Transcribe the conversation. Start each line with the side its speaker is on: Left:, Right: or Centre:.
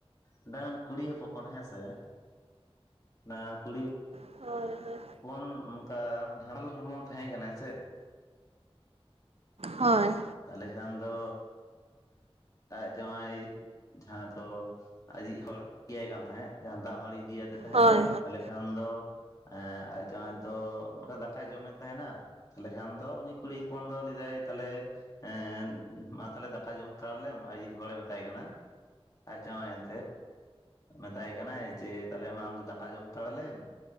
Left: ᱢᱤᱫᱟᱝ ᱠᱩᱲᱤ ᱦᱚᱯᱚᱱ ᱦᱮᱸ ᱥᱮ ᱼᱼ ᱱᱟ ᱠᱩᱲᱤ
Right: <inaudible>
Left: <unintelligible> ᱚᱱᱠᱟ <unintelligible> ᱦᱚᱲᱢᱚ ᱛᱟᱦᱮᱸ ᱠᱟᱱᱟ ᱥᱮ ᱼᱼ
Right: ᱦᱳᱭ
Left: ᱛᱟᱦᱚᱞᱮ ᱠᱷᱟᱱ ᱫᱚ ᱟᱡ ᱡᱟᱶᱟᱭ ᱼᱼ ᱡᱟᱦᱟᱸ ᱫᱚ ᱟᱡᱤᱡ ᱦᱚᱲ ᱤᱫᱤᱭᱟᱭ ᱠᱟᱱ ᱛᱟᱦᱮᱸᱫ ᱡᱟᱦᱟᱸ ᱫᱟᱜ ᱢᱟᱹᱲᱤ ᱤᱫᱤ ᱟᱫᱮ ᱛᱟᱦᱮᱸᱫ
Right: ᱦᱳᱭ
Left: ᱮ
Right: ᱦᱳᱭ
Left: ᱛᱟᱦᱚᱞᱮ ᱠᱷᱟᱱ ᱫᱚ ᱟᱡ ᱡᱟᱣᱟᱭ ᱫᱚ ᱚᱱᱠᱟ ᱫᱟᱠᱟᱭ ᱡᱚᱢᱮᱫ ᱛᱟᱦᱮᱱᱟ ᱛᱟᱦᱚᱞᱮ ᱠᱷᱟᱱ ᱫᱚ ᱩᱱᱤ ᱠᱩᱲᱤ ᱦᱚᱯᱚᱱ ᱫᱚ ᱞᱟᱹᱭ ᱫᱟᱭ ᱛᱟᱦᱚᱞᱮ ᱮᱸ ᱢᱟ ᱛᱟᱦᱚᱞᱮ ᱫᱟᱠᱟ ᱡᱚᱢ ᱦᱟᱛᱟᱲ ᱞᱮᱢ ᱟᱭᱤᱡ ᱦᱚᱲᱮ ᱢᱮᱛᱟᱭ ᱠᱟᱱᱟ ᱟᱡ ᱡᱟᱶᱟᱭ ᱮᱱᱛᱮ ᱢᱮᱛᱟᱭ ᱠᱟᱱᱟᱭ ᱡᱮ ᱛᱟᱦᱚᱞᱮ ᱢᱟ ᱟᱢᱫᱚ ᱫᱟᱠᱟ ᱡᱚᱢ ᱦᱟᱛᱟᱲ ᱞᱮᱢ